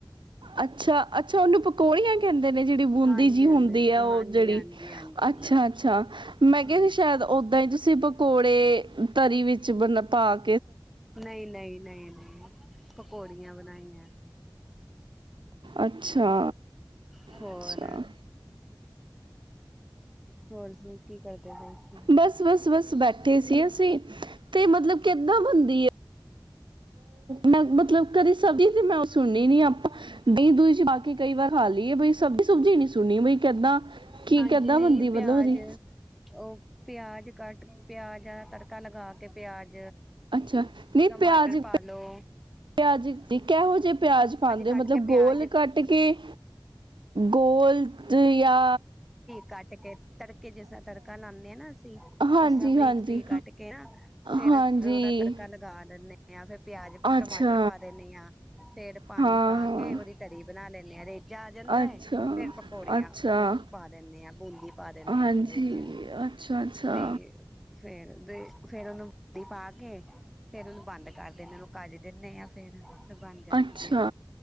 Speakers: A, on the right (about 80°); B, in the centre.
A: ਅੱਛਾ ਅੱਛਾ ਉਹਨੂੰ ਪਕੌੜੀਆਂ ਕਹਿੰਦੇ ਨੇ ਜਿ ਬੂੰਦੀ
B: ਹਾਂਜੀ
A: ਜਿ ਹੁੰਦੀ
B: ਹਾਂਜੀ
A: ਹੈ ਉਹ ਜਿਹੜੀ
B: ਹਾਂਜੀ ਹਾਂਜੀ ਹਾਂਜੀ
A: ਅੱਛਾ ਅੱਛਾ ਮੈਂ ਕਿਹਾ
B: ਹਾਂਜੀ
A: ਸ਼ਾਇਦ ਓਦਾਂ ਹੀ ਤੁਸੀਂ ਪਕੌੜੇ ਤਰੀ ਵਿੱਚ ਵਣਾ ਤਾਲ
B: ਨਹੀਂ, ਨਹੀਂ, ਨਹੀਂ, ਨਹੀਂ ਪਕੌੜੀਆਂ ਬਣਾਈਆਂ। ਠੀਕ,
A: ਅੱਛਾ
B: ਠੀਕ ਹੋਰ
A: ਅੱਛਾ
B: ਹੋਰ ਸੁ ਕੀ ਕਰਦੇ ਪਏ ਸੀ
A: ਬਸ, ਬਸ, ਬਸ ਬੈਠੇ ਸੀ ਅਸੀਂ ਤੇ ਮਤਲਬ ਕਿੱਦਾਂ ਬਨਦੀ ਏ? ਮੈਂ ਮਤਲਬ ਘਰੇ ਸਬਜ਼ ਮੈਂ ਸੁਣਣੀ ਨ ਆਪਾਂ ਦਹੀਂ ਦੂਈ ਚ ਪਾ ਕੇ ਕਈ ਵਾਰ ਖਾ ਲਈਏ ਬ ਸਬਜ਼ੀ ਸੁਬਜੀ ਨੀ ਸੂ ਸੁਣੀ ਬਈ ਕਿੱਦਾਂ ਕੀ
B: ਹਾਂਜੀ
A: ਕਿੱਦਾਂ
B: ਨਹੀਂ
A: ਬਣਦੀ ਮਤਲਬ
B: ਪਿਆਜ,
A: ਉਹਦੀ
B: ਉਹ ਪਿਆਜ ਕੱਟ ਪਿਆਜਾਂ ਦਾ ਤੜਕਾ ਲਗਾ ਕੇ ਪਿਆਜ
A: ਅੱਛਾ ਨਹੀਂ
B: ਟਮਾਟਰ
A: ਪਿਆਜ, ਪਿਆਜ
B: ਪਾਲੋ
A: ਕੈਹੋ ਜਿਹੇ ਪਿਆਜ ਪਾਉਦੇ
B: ਕੱਟ
A: ਹੋ ਮਤਲਬ
B: ਕੇ ਪਿਆਜ
A: ਗੋਲ ਕੱਟ ਕੇ ਗੋਲ ਯਾ
B: ਕਾਟ ਕੇ ਤੜਕੇ ਜਿਸ ਤਰ੍ਹਾਂ ਤੜਕਾ ਲਾਂਦੇ ਹਾਂ ਨਾ ਅਸੀਂ
A: ਹਾਂਜੀ
B: ਉਸ ਤਰ੍ਹਾਂ ਬਰੀਕ
A: ਹਾਂਜੀ
B: ਬਰੀਕ ਕੱਟ ਕੇ ਨਾ ਫੇਰ
A: ਹਾਂਜੀ
B: ਉਹਦਾ ਤੜਕਾ ਲਗਾ ਦਿੰਦੇ ਯਾ ਫਿਰ ਪਿਆਜ,
A: ਅੱਛਾ
B: ਟਮਾਟਰ ਪਾ ਦਿੰਨੀ ਹਾਂ, ਫੇਰ ਪਾਣੀ
A: ਹਾਂ
B: ਪਾ ਕੇ ਉਹਦੀ ਤਰੀ ਬਣਾ ਲੈਂਦੇ ਹਾਂ ਰੇਜਾ ਆ ਜਾਂਦਾ
A: ਅੱਛਾ
B: ਹੈ ਫੇਰ ਪਕੌੜੀਆਂ
A: ਅੱਛਾ
B: ਔ ਪਾ ਦਿੰਦੇ ਹਾਂ ਬੂੰਦੀ ਪਾ ਦਿੰਦੇ
A: ਹਾਂਜੀ
B: ਹਾਂ ਫਿਰ ਵਿੱਚ
A: ਅੱਛਾ ਅੱਛਾ
B: ਤੇ ਫੇਰ ਦੇ ਫੇਰ ਉਹ ਬੂੰਦੀ ਪਾ ਕੇ ਫੇਰ ਉਹਨੂੰ ਬੰਦ ਕਰ ਦਿੰਦੇ ਉਹਨੂੰ ਕੱਜ ਦਿੰਦੇ ਆ ਫੇਰ ਫਿਰ ਬਣ ਜਾਂਦੀ
A: ਅੱਛਾ
B: ਹੈ